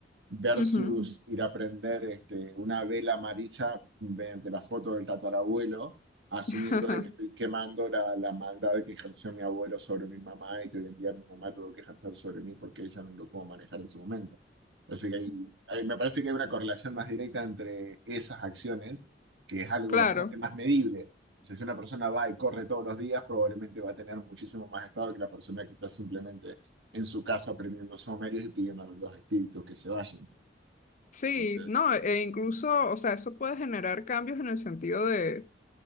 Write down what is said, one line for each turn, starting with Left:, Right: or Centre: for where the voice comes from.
Right: versus
Left: ujú.
Right: ir a prender este, una vela amarilla mediante la foto del tatarabuelo, asumiendo
Left: <laughs>
Right: de que estoy quemando la, la maldad que ejerció mi abuelo sobre mi mamá y que hoy en día mi mamá tuvo que ejercer sobre mí porque ella no lo pudo manejar en su momento. Así que hay- hay- me parece que hay una correlación más directa entre esas acciones, que es algo
Left: Claro.
Right: bastante más medible. O sea, Si una persona va y corre todos los días, probablemente va a tener muchísimo más estado que la persona que está simplemente en su casa prendiendo sumerios y pidiendo a los espíritus que se vayan.
Left: Sí,
Right: Entonces,
Left: no, e incluso, o sea, eso puede generar cambios en el sentido de,